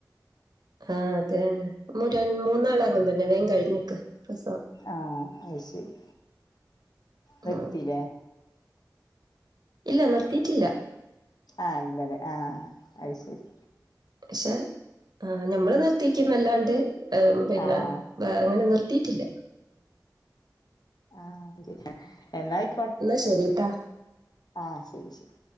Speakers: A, on the right; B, on the left.
A: ആഹ് അതെന്നെ. ര മൂന്നാളു അങ്ങൻ തന്നെ വേം കഴിഞ്ഞിക്ക് പ്രസവം
B: ആഹ് അത് ശരി നിർത്തിലേ
A: ഉം. ഇല്ല നിർത്തീട്ടില്ല
B: ആഹ് ഇല്ലലെ ആഹ് അത് ശെരി
A: പക്ഷെ ആഹ് ഞമ്മള് നിർത്തിക്കുന്നല്ലാണ്ട് പിന്നെ-
B: ആഹ്
A: അങ്ങനെ നിർത്തീട്ടില്ല.
B: ആഹ് അ <unintelligible> എന്നായി-
A: എന്നാ ശരി ഇട്ടാ
B: ആഹ് ശെരി ശെരി